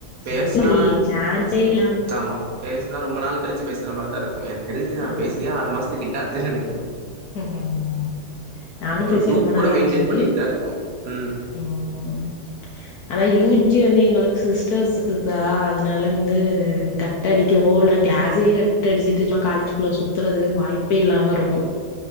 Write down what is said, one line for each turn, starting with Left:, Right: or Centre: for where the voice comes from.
Right: பேசுனா
Left: சேரி சான்ஸே இல்லாம
Right: ஆமா பேசனா ரொம்ப நாள் கழிச்சி பேசற மாரிதா இருக்கு எனக்கு தெரிஞ்சு நா
Left: ஆமா.
Right: பேசி ஃபஸ்ட்டு கிட்ட அர்ஜன்ல நிக்கற
Left: ம் நானும்
Right: ஒரு
Left: பேசி
Right: குரூப்பு
Left: ரொம்ப
Right: கூட
Left: நாள்
Right: மெயின்டெய்ன்
Left: ஆச்சு.
Right: பண்ணிட்டு தா இருக்கோ உம்
Left: ம். ஆனா யூ ஜி வந்து எங்களுக்கு சிஸ்டர்ஸ் இருக்கா அதனால வந்து கட் அடிக்கவோ இல்லனா கிளாஸையே கட் அடிச்சிட்டு ஜா காலேஜ்குள்ள சுத்தறதுக்கு வாய்ப்பே இல்லாம இருக்கு